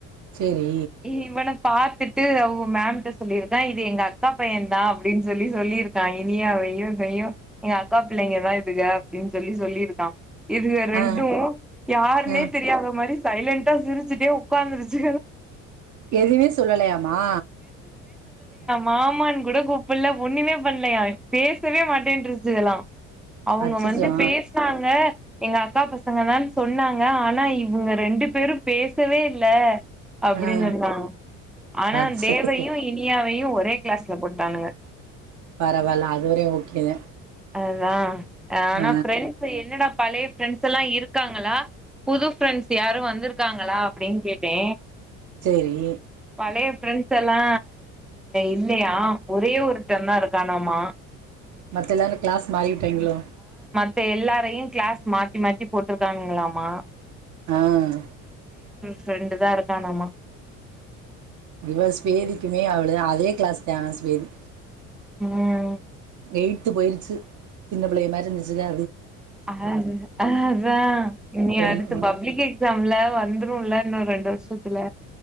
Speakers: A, on the right; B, in the centre.
A: செரி
B: இவன பாத்துட்டு அவங்க மேம்ட்ட சொல்லியிருக்கா இது எங்க அக்கா பையன் தா அப்டின்னு சொல்லி சொல்லியிருக்கா இனியாவையு <unintelligible> எங்க அக்கா பிள்ளைங்கதா இதுங்க அப்டின்னு சொல்லி சொல்லியிருக்கா இதுங்க ரெண்டு
A: ஆ
B: யாருன்னே
A: ஆ
B: தெரியாத மாரி சைலண்டா சிரிச்சுட்டே உக்காந்துருச்சு
A: எதும சொல்லலியாமா
B: மாமானு கூட கூப்பிட்ல ஒண்ணுமே பண்ணலையா பேசவே மாட்டேன்னுறுசா சகலா அவங்க
A: அச்சச்சோ
B: வந்து பேசனாங்க எங்க அக்கா பசங்க தா சொன்னாங்க ஆனா இவங்க ரெண்டு பேரு பேசவே இல்ல அப்டின்னு
A: ஆ
B: சொல்லிட்டாங்க ஆனா
A: அச்ச
B: தேவ்வையு இனியாவையு ஒரே கிளாஸ்ல போட்டானுங்க
A: பரவால்ல அது வரையு ஓகேங்க
B: அதா ஆனா
A: ஆ
B: ஃப்ரெண்ட்ஸ் என்னடா பழைய ஃப்ரெண்ட்ஸ் எல்லா இருக்காங்களா புது ஃப்ரெண்ட்ஸ் யாரும் வந்திருக்காங்களா அப்டின்னு கேட்டே
A: செரி
B: பழைய ஃப்ரெண்ட்ஸ் எல்லா இல்லையா ஒரே ஒருத்தன் தா இருக்கானமா
A: மத்த எல்லாரு கிளாஸ் மாறிவிட்டாங்களோ
B: இப்ப எல்லாரையு கிளாஸ் மாத்தி மாத்தி போட்டிருக்காங்களாமா
A: ஆஹ்
B: ஃப்ரெண்டு தா இருக்கானாமா
A: இவ ஸ்வேதிக்குமே அவ்ளோதா அதே கிளாஸ் தா ஸ்வேதி
B: உம்
A: எயி்த்து போயிருச்சு சின்ன பிள்ளைக மாரி இருந்துச்சுக்க
B: அ அதா நீ
A: ம்
B: அடுத்து பப்ளிக் நம்ள வந்துருல இன்னு ரெண்டு வருஷத்துல